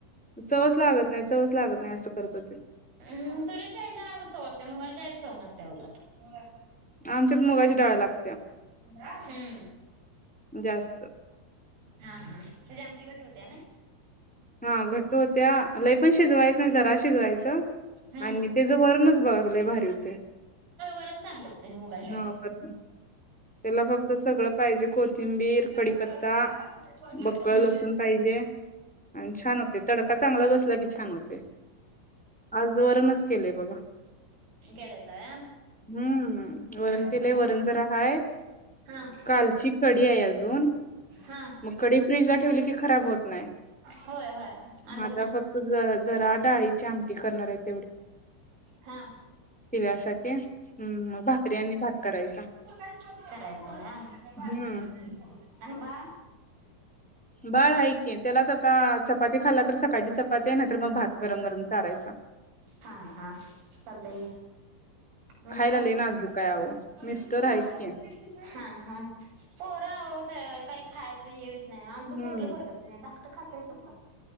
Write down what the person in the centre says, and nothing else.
चवच लागत नाही, चवच लागत नाही असं करत होतीत.
आमच्यात मुगाची डाळ लाग
जास्त
हा घट्टू होत्या. लय पण शिजवायचं नाही जरा शिजवायचं
आणि त्याज वरणचं घा लय भारी होतय.
हा वरण त्याला फक्त सगळं पाहिजे कोथिंबीर,
कडीपत्ता,
बक्कळ
लसूण
पाहिजे आणि छान होते तड चांगला बस ते छान होतय. आज वरणच केले बघा
हम्म वरण
केलय. वरण जरा हाय
कालची कडी हाय अजून,
मग कडी फि्जला ठेवली खराब होत नाही.
म आता
फक्त ज जरा डाळीची आम ते करणारेत
पिल्यासाठी ह हू! म भाकरी अनी भात करायचा.
हम्म
बाळ आहे की त्यालाच आता चपाती खाल्ला तर सकाळची चपाती आहे ना तर मग भात गरम गरम चारायचा
खायला लय नाजूक आहे अहो
मिस्टर आहेत की
हम्म